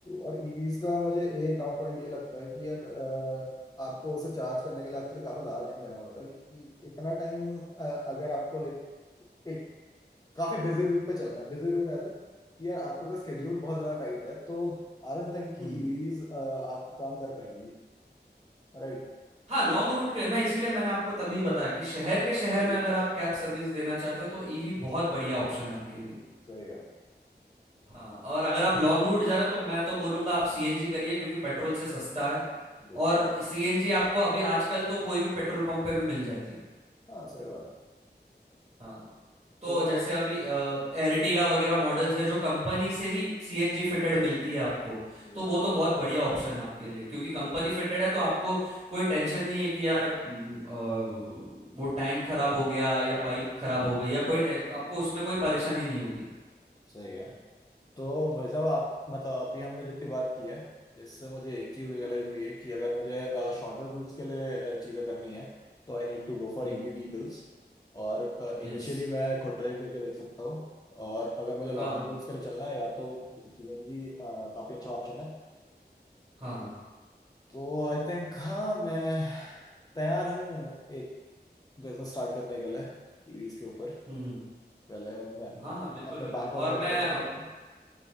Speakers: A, on the left; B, on the right.
A: और ईवीज का मुझे एक डाउन पॉइंट ये लगता है कि यार अ, आपको उसे चार्ज करने के लिए एक्चुअली काफी ज्यादा टाइम देना पड़ता है क्योंकि इतना टाइम अगर आपको लाइक एक काफी बिजी रूट पे चलना है बिजी रूट एज एन कि यार आपको अगर स्केड्यूल बहुत ज्यादा टाइट है तो आई डोंट थिंक कि
B: हम्म
A: ईवीज आप काम कर पाएंगी राइट
B: हाँ लॉन्ग रूट के लिए मैं इसीलिए मैंने आपको तभी बताया कि शहर के शहर
A: जी
B: में अगर आप कैब सर्विस देना चाहते हो तो ईवी बहुत बढ़िया ऑप्शन है आपके लिए
A: सही है
B: हाँ और अगर आप लॉन्ग रूट जा रहे हो तो मैं तो बोलूंगा आप सीएनजी करिए क्योंकि पेट्रोल से सस्ता है
A: जी
B: और सीएनजी आपको अभी आजकल तो कोई भी पेट्रोल पंप पे भी मिल जाती है
A: हाँ सही बात है
B: हाँ तो
A: तो
B: जैसे अभी एरटिगा वगैरह मॉडल्स है जो कंपनी से ही सीएनजी फिटेड मिलती है आपको
A: जी
B: तो वो तो बहुत बढ़िया ऑप्शन है आपके लिए क्योंकि कंपनी फिटेड है तो आपको कोई टेंशन नहीं है कि यार हम्म, अ, वो टैंक खराब हो गया या पाइप खराब हो गई या कोई टे- आपको उसमें कोई परेशानी नहीं होगी
A: सही है तो भाई साहब आप मतलब अभी हमने जितनी बात की है इससे मुझे एक चीज रियलाइज
B: हम्म
A: हुई है कि अगर मुझे शॉर्टर रूट्स के लिए अ, चीजें करनी है तो I need to go for
B: हम्म
A: EV vehicles और
B: यस
A: इनिशियली मैं खुद ड्राइव करके देख सकता हूँ और अगर मुझे लॉन्गर
B: हाँ
A: रूट्स के लिए चलना है या तो सीएनजी काफी अच्छा ऑप्शन है
B: हाँ
A: तो आई थिंक हाँ मैं तैयार हूँ एक बिजनेस स्टार्ट करने के लिए ईवीज के ऊपर
B: हम्म हम्म,
A: पहले मैं
B: हाँ हाँ बिल्कुल
A: अपने
B: बिल्कुल
A: बैंक
B: और
A: वगैरह
B: मैं
A: से कंसल्ट करता हूँ